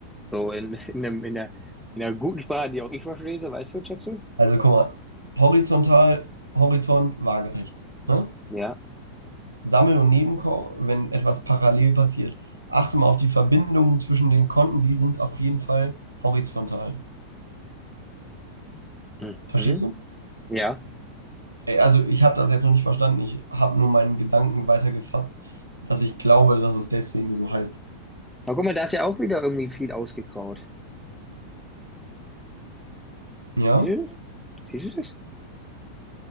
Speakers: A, in the centre; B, on the right.
A: So in, in, einem, in der, in der guten Sprache, die auch ich verstehe, so, weißt du, Jackson?
B: Also guck mal, horizontal, Horizont, waagerecht. Ne?
A: Ja.
B: Sammel- und Nebenkau, wenn etwas parallel passiert. Achte mal auf die Verbindungen zwischen den Konten, die sind auf jeden Fall horizontal.
A: Mhm.
B: Verstehst du?
A: Ja.
B: Ey, Also ich habe das jetzt noch nicht verstanden, ich habe nur meinen Gedanken weitergefasst, dass ich glaube, dass es deswegen so heißt.
A: Aber guck mal, da ist ja auch wieder irgendwie viel ausgekraut.
B: Ja?
A: Siehst du das? Siehst du das?